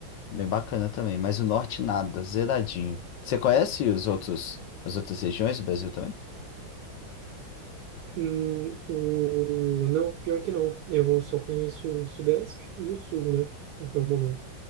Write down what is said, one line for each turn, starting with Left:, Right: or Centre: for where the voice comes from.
Left: Bem bacana também, mas o Norte nada, zeradinho. Você conhece os outros, as outras regiões do Brasil também?
Right: Hum, o... Não, pior que não. Eu só conheço o Sudeste e o Sul, né? Até o momento.